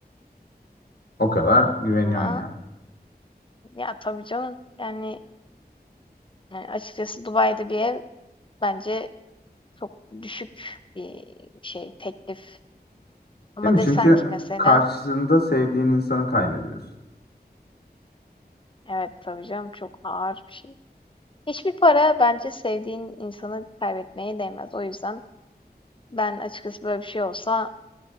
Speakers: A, on the left (about 70°); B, on the left (about 30°).
A: O kadar güveniyorsun
B: Ama
A: yani.
B: ya, tabii canım, yani, eee, açıkçası Dubai'de bir ev bence çok düşük bir şey, teklif. Ama
A: Değil mi?
B: desen
A: Çünkü
B: ki mesela,
A: karşısında sevdiğin insanı kaybediyorsun.
B: evet, tabii canım çok ağır bir şey. Hiçbir para bence sevdiğin insanı kaybetmeye değmez. O yüzden ben açıkçası böyle bir şey olsa